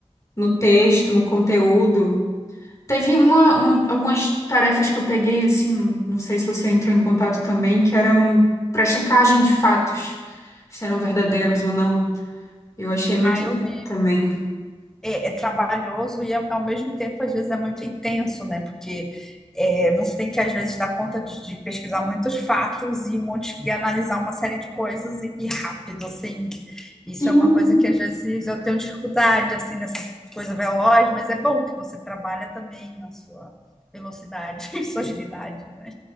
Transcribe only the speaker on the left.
no texto, no conteúdo. Teve uma, um- algumas tarefas que eu peguei, assim, não não sei se você entrou em contato também, que eram para checagem de fatos, se eram verdadeiros ou não. Eu achei muito
legal
também.
Sim.